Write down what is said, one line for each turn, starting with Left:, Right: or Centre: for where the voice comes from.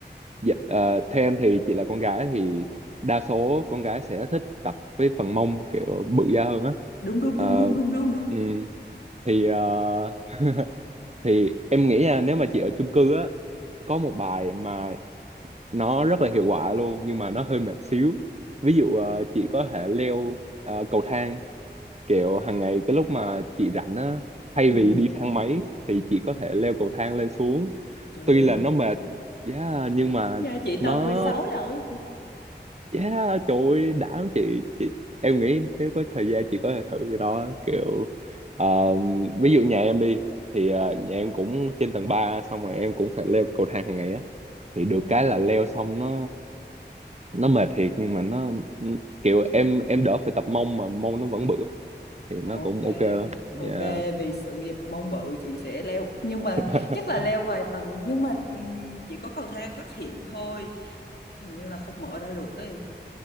Right: dạ, ờ, theo em thì chị là con gái thì đa số con gái sẽ thích tập với phần mông kiểu bự da hơn á
Left: Đúng đúng
Right: Ờ,
Left: đúng đúng đúng đúng đúng.
Right: ừm, thì ờ, <laughs> thì em nghĩ nha nếu mà chị ở chung cư á có một bài mà nó rất là hiệu quả luôn nhưng mà nó hơi mệt xíu ví dụ ờ, chị có thể leo ờ, cầu thang kiểu hàng ngày cái lúc mà chị rảnh á thay
Left: ừ.
Right: vì đi thang máy thì chị có thể leo cầu thang lên xuống
Left: Trời
Right: tuy
Left: ơi.
Right: là nó mệt yeah, nhưng mà
Left: Dạ chị tầng
Right: nó
Left: 16 lận
Right: Yeah, trời ơi, đảm chị, chị em nghĩ nếu có thời gian chị có thể thử cái đó kiểu ờ, ví dụ nhà em đi thì ờ,
Left: Ừ.
Right: nhà em cũng trên tầng 3 xong rồi em cũng phải leo cầu thang hàng ngày á thì
Left: Ừ.
Right: được cái là leo xong nó nó mệt thiệt nhưng mà nó kiểu em em đỡ phải tập mông mà mông nó vẫn bự á. thì nó
Left: Ok,
Right: cũng ok lắm. Dạ.
Left: ok vì sự nghiệp mong bự chị sẽ leo nhưng mà
Right: <laughs>
Left: chắc là leo vài tầng nhưng mà ừm, chỉ có cầu thang thoát hiểm thôi hình như là không mở ra được ấy